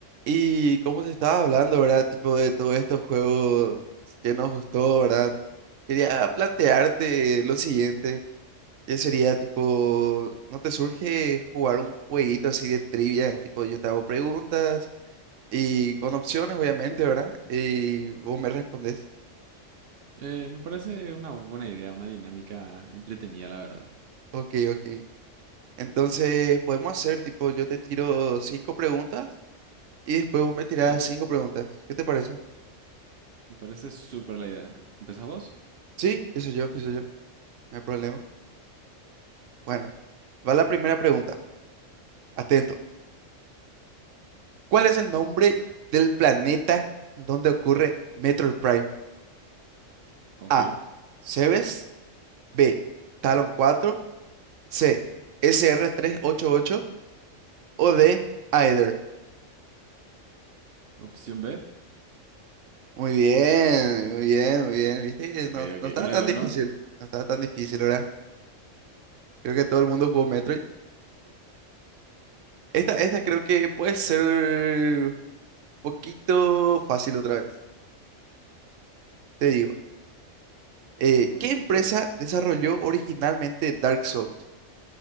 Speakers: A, on the right; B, on the right.
A: Y como te estaba hablando, ¿verdad? Tipo de todos estos juegos que nos gustó, ¿verdad? Quería plantearte lo siguiente, que sería tipo, ¿no te surge jugar un jueguito así de trivia? Tipo, yo te hago preguntas y con opciones, obviamente, ¿verdad? Y vos me respondes.
B: Eh, me parece una buena idea, una dinámica entretenida, la verdad.
A: Ok, ok. Entonces, podemos hacer tipo, yo te tiro cinco preguntas y después vos me tirás
B: Sí,
A: cinco preguntas. ¿Qué te parece?
B: me parece súper la idea. Em- ¿Empezás vos?
A: Sí, empiezo yo, empiezo yo. No hay problema. Bueno, va la primera pregunta. Atento. ¿Cuál es el nombre del planeta donde ocurre Metroid Prime?
B: Ok.
A: A. Cebes. B. Talon 4. C. SR388. O D. Aether.
B: Opción B.
A: Muy bien, muy bien, muy bien. ¿Viste?
B: Ok,
A: No,
B: ok.
A: no estaba
B: Uno
A: tan
B: de
A: Hombre,
B: uno.
A: difícil. No estaba tan difícil, ¿verdad? Creo que todo el mundo jugó Metroid. Esta, esta creo que puede ser un poquito fácil otra vez. Te digo. Eh,
B: Bueno,
A: ¿qué empresa desarrolló originalmente Dark Souls?